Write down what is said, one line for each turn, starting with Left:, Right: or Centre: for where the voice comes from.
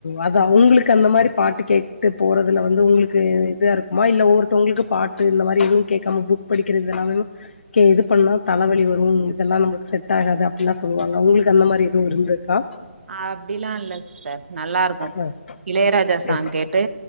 Left: அதா உங்களுக்கு அந்த மாரி பாட்டு கேட்டுட்டு போறதுல வந்து உங்களுக்கு இதாருக் குமா இல்ல ஒவ்வொருதங்களுக்கு பாட்டு இந்த மாரி எதும் கேக்காம புக் படிக்கறது எல்லா கே இது பண்ணா தலவழி வரும் இதெல்லா நம்மளுக் செட் ஆகாது அப்டின்லா சொல்லுவாங்க உங்களுக்கு அந்த மாரி எதும் இருந்துருக்கா
Right: அப்டிலா இல்ல ஸ்டர் நல்லாருக்கும்
Left: அ
Right: இளையராஜா
Left: சரி
Right: சாங்
Left: சரி.
Right: கேட்டு